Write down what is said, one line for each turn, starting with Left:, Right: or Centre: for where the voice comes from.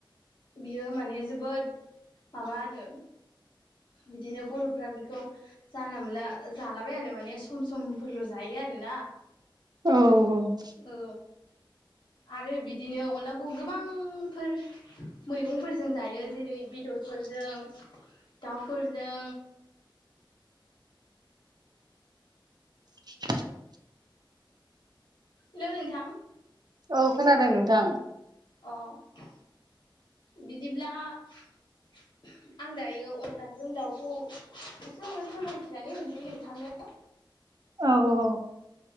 Left: बियो माने जोबोद माबा आरो बिदिनो बर'फ्रा बेखौ। जानला मोनला जालाबाया आरो माने सम समफोरल' जायो आरो ना।
Right: औ औ
Left: औ आरो बिदिनो अनलाखौ गोबांफोर। मैगंफोरजों जायो जेरै बेदरफोरजों दाउफोरजों।
Right: <unintelligible>
Left: हेलौ नोंथां।
Right: औ खोनादों नोंथां।
Left: अह बिदिब्ला। आं दायो अनलाजों दाउखौ गुसुंङैनो फोरमायथिनानै होनिसै नोंथांनो।
Right: औ औ